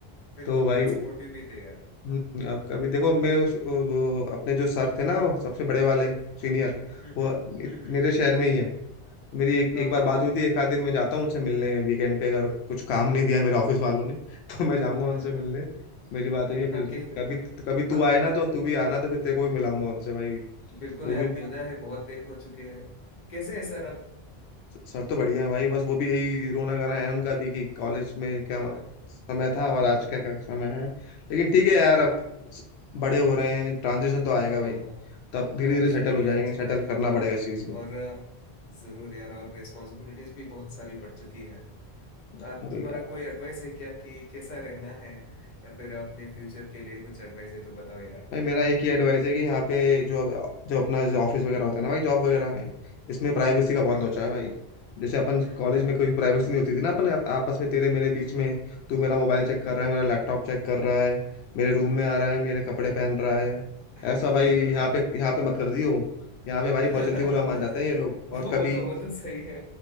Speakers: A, on the left (about 45°); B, on the left (about 85°).
A: बिल्कुल
B: तो भाई
A: बहुत सपोर्टिव भी थे यार
B: हम्म, अब कभी देखो मेरे उस- वो, अपने जो सर थे ना वो सबसे बड़े वाले सीनियर
A: हम्म
B: वो
A: हम्म हम्म हम्म,
B: मेरे शहर में ही है मेरी एक
A: हाँ
B: एक बार
A: हाँ
B: बात
A: अब
B: हुई थी एक आध दिन मैं जाता हूँ उनसे मिलने वीकेंड पे अगर कुछ काम नहीं दिया मेरे ऑफिस वालों ने <laughs> तो मैं जाऊंगा उनसे
A: हाँ हाँ
B: मिलने
A: हाँ
B: मेरी बात हुई है फिर
A: हाँ के
B: कभी कभी तू
A: अब
B: आए ना तो तू भी आना तो फिर तेरे को भी मिलाऊंगा उनसे भाई
A: बिल्कुल
B: वो
A: यार
B: भी
A: मिलना है बहुत दिन हो चुके हैं कैसे है सर अब
B: सर तो बढ़िया है भाई बस वो भी यही रोना गाना है उनका भी कि कॉलेज में क्या
A: हाँ हाँ
B: समय था और आज क्या क्या समय है लेकिन ठीक है यार अब स- बड़े हो रहे हैं ट्रांजिशन तो आएगा
A: हाँ
B: भाई
A: हाँ
B: तो अब धीरे
A: ट्रांजिशन
B: धीरे सेटल
A: भी
B: हो जाएंगे
A: आ चुके
B: सेटल
A: हैं
B: करना
A: और
B: पड़ेगा इस चीज
A: और अ, जरूर यार और रिस्पॉन्सिबिलिटीज भी बहुत सारी बढ़ चुकी है
B: में
A: अ, तुम्हारा कोई एडवाइस है क्या कि कैसा रहना है या फिर अपने फ्यूचर के लिए कुछ एडवाइस है तो बताओ यार
B: भाई मेरा एक ही एडवाइस है कि यहाँ पे जो जो अपना जो ऑफिस वगैरह होता है ना भाई जॉब वगैरह में इसमें प्राइवेसी
A: हम्म हम्म
B: का बहुत लोचा है भाई जैसे अपन
A: हम्म
B: कॉलेज
A: हम्म
B: में कोई प्राइवेसी नहीं होती थी ना अपन आप, आपस में तेरे मेरे बीच में तू मेरा मोबाइल
A: हम्म हम्म,
B: चेक
A: हम्म,
B: कर
A: हम्म।
B: रहा है मेरा लैपटॉप चेक कर रहा है मेरे रूम में आ रहा है मेरे कपड़े पहन रहा है
A: <laughs>
B: ऐसा भाई
A: बिल्कुल
B: यहाँ
A: यार
B: पे यहाँ पे मत कर दियो यहाँ पे भाई
A: <laughs>
B: बहुत जल्दी बुरा मान जाते हैं ये लोग और
A: वो
B: कभी
A: तो वो तो सही है